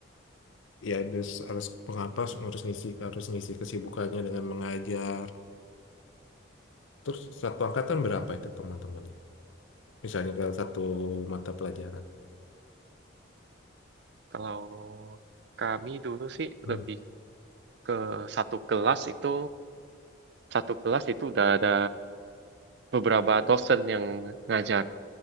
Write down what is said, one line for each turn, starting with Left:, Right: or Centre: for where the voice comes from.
Left: ya harus harus pengapas harus ngisi harus ngisi kesibukannya dengan mengajar. Terus satu angkatan berapa itu teman-temannya? Misalnya kalau satu mata pelajaran.
Right: kalau kami dulu sih
Left: Hmm.
Right: lebih ke satu kelas itu satu kelas itu udah ada beberapa dosen yang ngajar